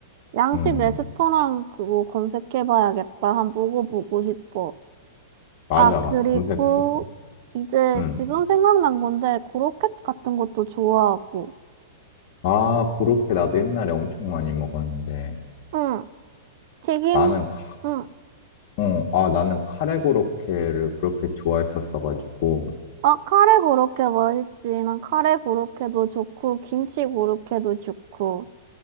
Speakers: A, on the right; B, on the left.
A: 양식
B: 음,
A: 레스토랑 그거 검색해봐야겠다. 한번 먹어보고 싶어.
B: 맞아.
A: 아, 그리고
B: 검색해보.
A: 이제
B: 음.
A: 지금 생각난 건데 고로켓 같은 것도 좋아하고
B: 아, 고로케 나도 옛날에 엄청 많이 먹었는데
A: 응, 튀김
B: 나는 카,
A: 응.
B: 어, 아, 나는 카레 고로케를 그렇게 좋아했었어가지고
A: 아, 카레 고로케 맛있지. 난 카레 고로케도 좋고, 김치 고로케도 좋고.